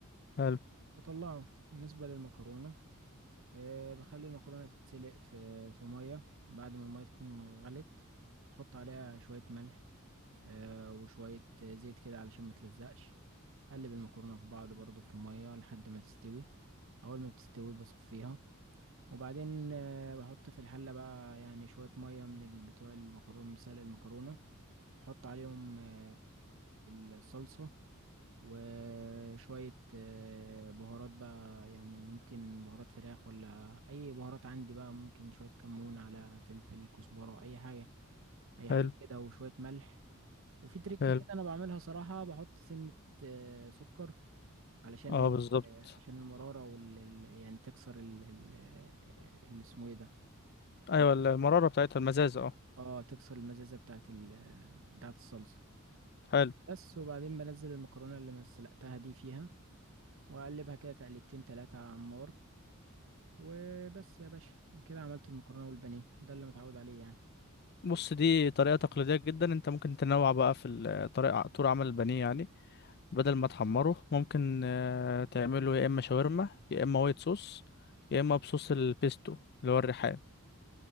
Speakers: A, on the left (about 50°); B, on the right (about 65°).
A: حلو
B: وطلعه بالنسبة للمكرونة آه، بخلي المكرونة تتسلق في في مية بعد ما المية تكون غلت احط عليها شوية ملح آه، وشوية زيت كده علشان ما تلزقش قلب المكرونة في بعض برضو في المية لحد ما تستوي أول ما بتستوي بصفيها وبعدين آه، بحط في الحلة بقى يعني شوية مية من ال- بتوع المكرونة مسلق المكرونة حط عليهم آه، الصلصة وشوية آه، بهارات بقى يعني ممكن بهارات فراخ ولا أي بهارات عندي بقى ممكن شوية كمون على فلفل كزبرة أي حاجة أي
A: حلو
B: حاجة كده وشوية ملح وفي تريك
A: حلو
B: كده انا بعملها صراحة بحط سنة آه، سكر علشان
A: اه
B: ال-
A: بالظبط
B: آه، عشان المرارة وال ال- يعني تكسر ال ال- آه، اللي اسمه ايه ده ال-
A: ايوه المراره بتاعتها المزازه اه
B: اه تكسر المزازة بتاعت ال آه، بتاعت الصلصة
A: حلو
B: بس وبعدين بنزل المكرونة اللي ما سلقتها دي فيها واقلبها كده تقلبتين تلاتة على النار وبس يا باشا كده عملت المكرونة والبانيه ده اللي متعود عليه يعني
A: بص دي طريقه تقليديه جدا انت ممكن تنوع بقى في ال- طريقه طول عمل البانيه يعني بدل ما تحمره ممكن آه، تعمله يا اما شاورما يا اما وايت صوص يا اما بصوص البيستو اللي هو الريحان